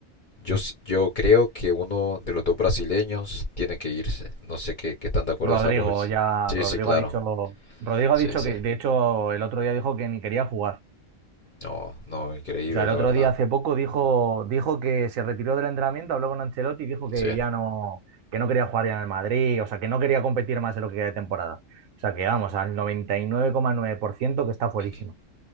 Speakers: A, on the left (about 40°); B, on the right (about 85°).
A: yo, s- yo creo que uno de los dos brasileños tiene que irse. No sé qué, qué tan de acuerdo
B: Rodrigo
A: estás vos.
B: ya,
A: Sí,
B: Rodrigo
A: sí, claro.
B: ha dicho, Rodrigo
A: Sí,
B: ha dicho
A: sí.
B: que, de hecho, el otro día dijo que ni quería jugar.
A: No, no, increíble,
B: O sea, el
A: la
B: otro
A: verdad.
B: día hace poco dijo, dijo que se retiró del entrenamiento, habló con Ancelotti y dijo que
A: Sí.
B: ya no, que no quería jugar ya en el Madrid, o sea, que no quería competir más en lo que queda de temporada. O sea, que vamos, al noventa y nueve nueve coma nueve por ciento que está fuerísimo.
A: Ujú.